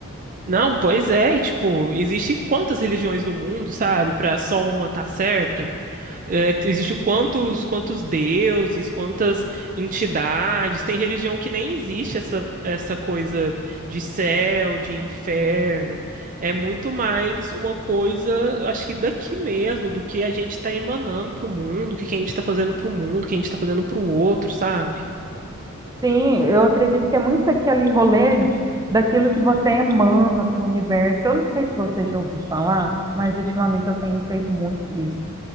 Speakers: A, on the right; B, on the right.
A: Não, pois é, e, tipo, existe quantas religiões no mundo, sabe? Pra só uma tá certa? É, existe quantos quantos deuses, quantas entidades? Tem religião que nem existe essa essa coisa de céu, de inferno. É muito mais uma coisa, eu acho que daqui mesmo, do que a gente tá emanando pro mundo, o que que a gente tá fazendo pro mundo, o que a gente tá fazendo pro outro, sabe?
B: Sim, eu acredito que é muito aquele rolê daquilo que você emana para o universo. Eu não sei se você já ouviu falar, mas ultimamente eu tenho feito muito isso.